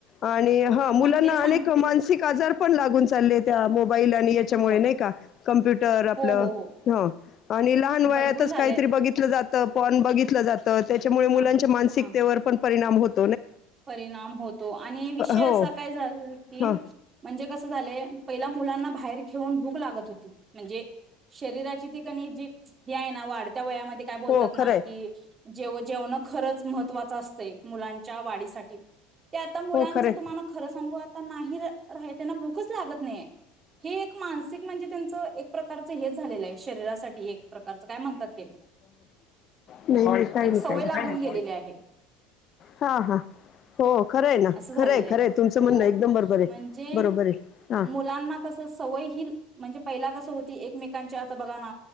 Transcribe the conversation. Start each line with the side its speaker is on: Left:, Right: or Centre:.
Left: आणि ह
Right: तुम्हाला
Left: मुलांना
Right: ते सांगते
Left: अनेक- मानसिक आजार पण लागून चाललत्या फाईल आणि याच्यामुळे
Right: हो
Left: नाही का कंप्युटर आपलं
Right: हो हो हो
Left: अ आणि लहान वयातच
Right: भरपूर झालेत
Left: काहीतरी बघितल जात त पन बघितलं जात त त्याच्यामुळे मुलांच्या
Right: हा
Left: मानसिकतेवर
Right: हा
Left: पण परिणाम होत
Right: परिणाम होतो आणि विषय
Left: हो
Right: असा काय झाला कि
Left: हां
Right: म्हणजे कस झालेय पहिला मुलांना बाहेर खेऊन भूक लागत होती म्हणजे शरीराची तिकणी जी हे आहे ना वाढते त्या वयामध्ये काय बोलतात
Left: हो
Right: ना
Left: खरं आहे
Right: कि जेव जेवणं खरंच म महत्त्वाचा असतय मुलांच्या वाडी ते आता मुलांच
Left: हो खरंय
Right: तुम्हाला खरं सांगू आता नाही रा त्यांना भूकच लागत नाही हे एक मानसिक म्हणजे त्यांच एक प्रकारच हे झालेलं आहे शरीरासाठी एक प्रकारच काय म्हणतात ते -
Left: नाही नाही काही
Right: एक
Left: नाही
Right: सवय
Left: काही
Right: लागून
Left: नाही.
Right: गेलेली आहे
Left: हा हा. हो खरंय ना
Right: अस झालेलं
Left: खरंय
Right: आहे
Left: खरंय तुमचं
Right: होय
Left: म्हणणं एकदम बरोबर आहे
Right: म्हणजे
Left: बरोबर आहे हा
Right: मुलांना कस सवय ही म्हणजे. पहिला कसं होती एकमेकांच्या आता बघा ना